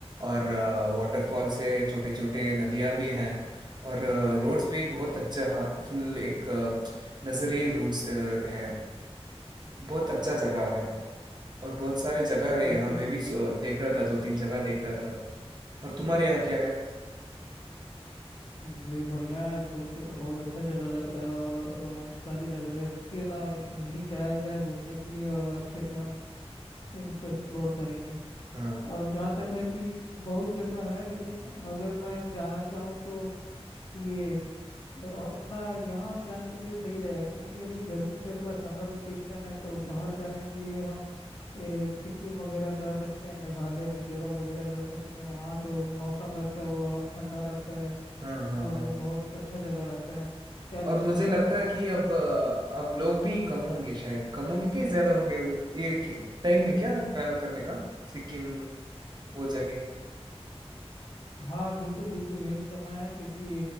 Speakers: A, on the right (about 40°); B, on the left (about 55°).
A: और वाटरफॉल्स है छोटे छोटे नदियाँ भी हैं और रोड्स भी बहुत अच्छा हा- फुल एक अ, नजरे रूट्स है बहुत अच्छा जगह है और बहुत सारे जगह है
B: सुन
A: यहाँ
B: के
A: मैं भी सो- देख रहा था दो तीन जगह देख रहा था और तुम्हारे यहाँ क्या है
B: जी बढ़िया है सुन के तो बहुत अच्छा जगह लग रहा है और रोमांचकारी लग रहा है क्यों ना यहीं जाया जाए घूमने के लिए और अच्छे से हम इसको एक्सप्लोर करेंगे
A: हाँ
B: और जहाँ तक है कि बहुत जगह है लेकिन अगर मैं जाना चाहूँ तो ये अ, अपना यहाँ जाने के लिए सही रहेगा क्योंकि अभी गर्मी चल रहा समर वेकेशन है तो बाहर जाने के लिए हम ए, सिक्किम वगैरह जा सकते हैं मेघालय मिजोरम वगैरह जा सकते हैं वहाँ जो मौसम रहता है वो और ठंडा रहता है
A: हाँ हाँ
B: और
A: हाँ
B: वो बहुत अच्छा जगह रहता है क्या लगता
A: और मुझे
B: है आपको
A: लगता है कि अब अ, अब लोग भी कम होंगे शायद कम होंगे कि ज्यादा होंगे एक एक टाइम है क्या ट्रैवल करने का सिक्किम वो जगह
B: हाँ बिल्कुल बिल्कुल यही समय है क्योंकि